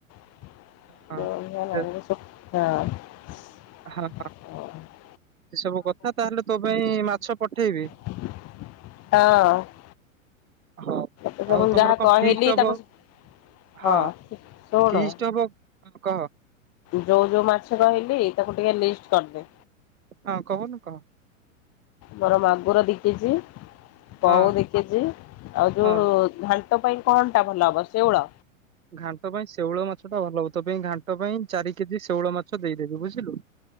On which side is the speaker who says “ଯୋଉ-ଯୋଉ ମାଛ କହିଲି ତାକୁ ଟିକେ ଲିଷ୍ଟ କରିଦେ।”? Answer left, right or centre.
Left